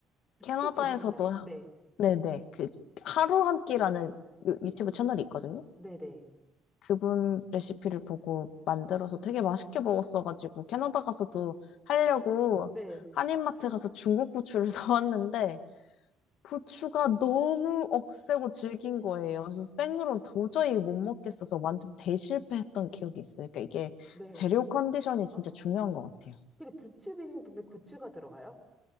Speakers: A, in the centre; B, on the left.
A: 부추
B: 캐나다에서도
A: 비빔밥?
B: 하-
A: 네,
B: 네네 그 하루 한 끼라는 유-
A: 네,
B: 유튜브 채널이 있거든요.
A: 네, 네,
B: 그분 레시피를 보고 만들어서 되게 맛있게 먹었어가지고 캐나다 가서도 하려고
A: 네,
B: 한인마트 가서 중국 부추를 <laughs> 사왔는데 부추가 너무 억세고 질긴 거예요. 그래서 생으로는 도저히 못 먹겠어서 완전 대실패했던 기억이 있어요. 그러니까 이게
A: 네.
B: 재료 컨디션이 진짜
A: 어,
B: 중요한 것 같아요.
A: 근데 부추 비빔밥에 고추가 들어가요?